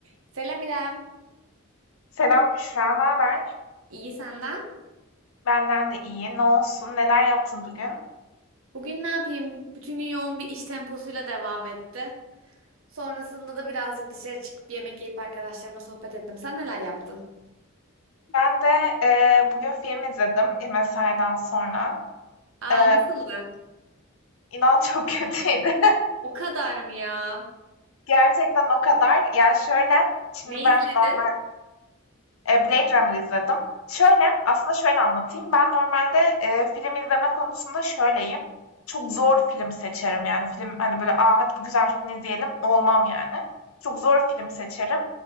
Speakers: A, on the right; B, on the left.
A: Selam İrem.
B: Selam Büşra, ne haber?
A: İyi senden.
B: Benden de iyi. Ne olsun? Neler yaptın bugün?
A: Bugün ne yapayım? Bütün gün yoğun bir iş temposuyla devam etti. Sonrasında da birazcık dışarı çıkıp yemek yiyip arkadaşlarıma sohbet ettim. Sen neler yaptın?
B: Ben de e, bugün film izledim mesaiden sonra.
A: Aa
B: E,
A: nasıldı?
B: inan çok <laughs> kötüydü.
A: O kadar mı ya?
B: Gerçekten o kadar. Ya şöyle, şimdi
A: Ne
B: ben
A: izledin?
B: normal E, Blade Runner izledim. Şöyle, aslında şöyle anlatayım. Ben normalde, eee, film izleme konusunda şöyleyim. Çok zor film seçerim yani. Film, hani, böyle, "A, hadi bu güzelmiş, bunu izleyelim." olmam yani. Çok zor film seçerim